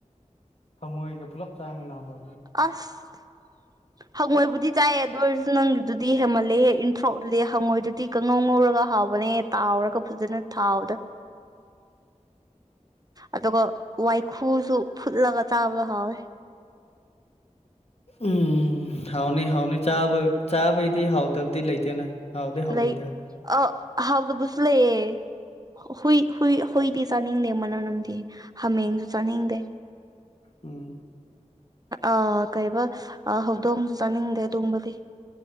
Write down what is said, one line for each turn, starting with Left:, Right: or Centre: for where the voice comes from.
Left: ꯍꯉꯣꯢꯒ ꯄꯨꯂꯞ ꯆꯥꯃꯤꯅꯥꯗ
Right: ꯑꯁ ꯍꯡꯉꯣꯏꯕꯨꯗꯤ ꯆꯥꯏ ꯑꯗꯨ ꯑꯣꯏꯔꯁꯨ ꯅꯪꯒꯤꯗꯨꯗꯤ ꯍꯦꯃꯜꯂꯦ ꯍꯦꯛ ꯏꯟꯊꯣꯔꯣꯛꯜꯂꯦ ꯍꯪꯉꯣꯏꯗꯨꯗꯤ ꯀꯪꯉꯧ ꯉꯧꯔꯒ ꯍꯥꯎꯕꯅꯦ ꯇꯥꯎꯔꯒ ꯐꯖꯅ ꯊꯥꯎꯗ
Left: <unintelligible> <inaudible>
Right: ꯑꯗꯨꯒ ꯋꯥꯏꯈꯨꯁꯨ ꯐꯨꯠꯂꯒ ꯆꯥꯕꯗꯣ ꯍꯥꯎꯋꯦ
Left: ꯎꯝ ꯍꯥꯎꯅꯤ ꯍꯥꯎꯅꯤ ꯆꯥꯕ ꯆꯥꯕꯩꯗꯤ ꯍꯥꯎꯇꯕꯗꯤ ꯂꯩꯇꯦꯅ ꯍꯥꯎꯗꯤ ꯍꯥꯎꯅꯤꯗ
Right: ꯂꯥꯏꯛ ꯑ ꯍꯥꯎꯇꯕꯁꯨ ꯂꯩꯌꯦ ꯍꯨꯏ ꯍꯨꯏ ꯍꯨꯏꯗꯤ ꯆꯥꯅꯤꯡꯗꯦ ꯃꯅꯝ ꯅꯝꯗꯤ ꯍꯥꯃꯦꯡꯁꯨ ꯆꯥꯅꯤꯡꯗꯦ
Left: ꯎꯝ
Right: ꯑꯥ ꯀꯩꯕ ꯍꯧꯗꯣꯡꯁꯨ ꯆꯥꯅꯤꯡꯗꯦ ꯑꯗꯨꯒꯕꯗꯤ